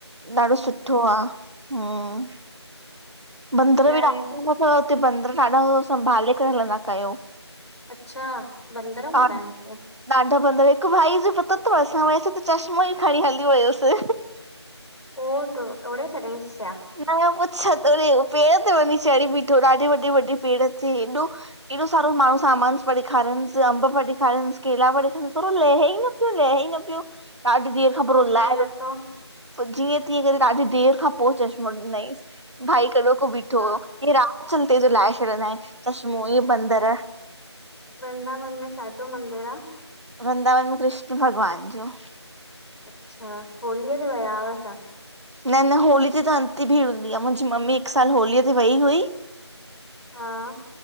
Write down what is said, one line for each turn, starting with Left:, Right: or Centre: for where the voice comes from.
Right: ॾाढो
Left: अच्छा
Right: सुठो आ, हम्म।
Left: बढ़िया
Right: बंदर बि
Left: आहे
Right: ॾाढो हुंदा तव हुते बंदर ॾाढा संभाले करे हलंदा कयो।
Left: अच्छा, बंदर हुंदा
Right: ॾा-
Left: इन हुते।
Right: ॾाढा बंदर, हिकु भाई जो पतो तव असां हुआसी त चश्मो ई खणी हली वयुसि।
Left: पोइ टु टोड़े छॾियाईंसि छा?
Right: न पो छत पेड़ ते वञी चढ़ी बीठो, ॾाढे वॾे वॾे पेड़ ते हेॾो एॾो सारो माण्हू सामानु। पिया ॾेखारनिस, अंब पिया ॾेखारनसि, केला पिया ॾेखारनसि पर हू लहे ई न। पियो, लहे ई न पियो, ॾाढी देर खां पोइ रुलाए,
Left: कीअं लथो
Right: पोइ जीअं तीअं करे ॾाढी देरि खां पोइ चश्मो ॾिनईस। भाई कॾो को बीठो
Left: हा
Right: हुयो। चयईं राह चलते जो लाहे छॾींदा आहिनि चशमो ही बंदर।
Left: वृ्ंदावन में छाजो मंदिर आ?
Right: वृंदावन में कृष्ण भगवान जो।
Left: अच्छा, होलीअ ते वया अव छा?
Right: न-न होलीअ ते त अतीं भीड़ हूंदी आह, मुहिंजी मम्मी हिक साल होलीअ ते वई हुई।
Left: हां